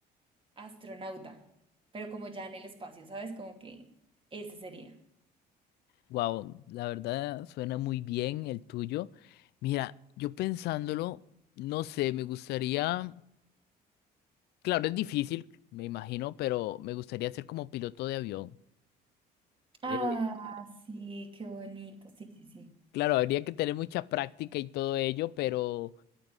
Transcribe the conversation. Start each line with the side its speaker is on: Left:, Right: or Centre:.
Right: astronauta, pero como ya en el espacio, ¿sabes? Como que ese sería.
Left: Wow, la verdad suena muy bien el tuyo. Mira, yo pensándolo, no sé, me gustaría, claro, es difícil, me imagino, pero me gustaría ser como piloto de avión.
Right: Ah,
Left: Eh,
Right: sí, qué bonito. Sí, sí, sí.
Left: claro, habría que tener mucha práctica y todo ello, pero